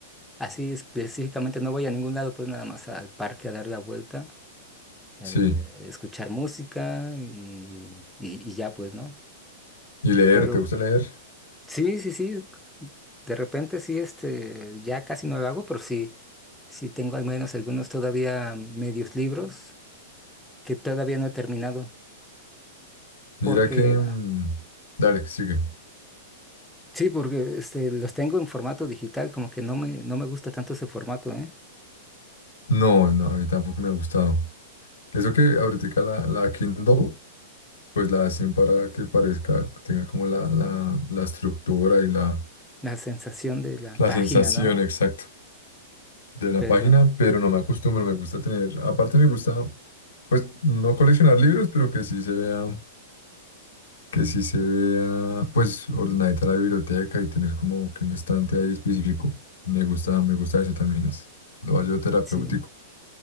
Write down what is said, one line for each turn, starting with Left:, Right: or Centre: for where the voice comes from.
Centre: Así específicamente no voy a ningún lado, pues nada más al parque a dar la vuelta, eh,
Left: Sí,
Centre: escuchar música y, y- y ya pues, ¿no?
Left: y leer,
Centre: Pero
Left: ¿te gusta leer?
Centre: sí, sí, sí, de repente sí, este, ya casi no lo hago, pero sí, sí tengo al menos algunos todavía medios libros que todavía no he terminado,
Left: Mira
Centre: porque,
Left: que... mm, Dale, sigue.
Centre: sí, porque este, los tengo en formato digital, como que no me, no me gusta tanto ese formato, ¿eh?
Left: No, no, a mí tampoco me ha gustado. Eso que ahorita la, la Kindle, pues la hacen para que parezca, tenga como la, la, la estructura y la,
Centre: La sensación de la
Left: la
Centre: página,
Left: sensación
Centre: ¿no?
Left: exacta de la
Centre: Pero
Left: página, pero no me acostumbro, me gusta tener, aparte me gusta, pues no coleccionar libros, pero que sí se vea, que sí se vea, pues ordenadita la biblioteca y tener como que un estante ahí específico. Me gusta, me gusta eso también, es lo hallo terapéutico.
Centre: sí.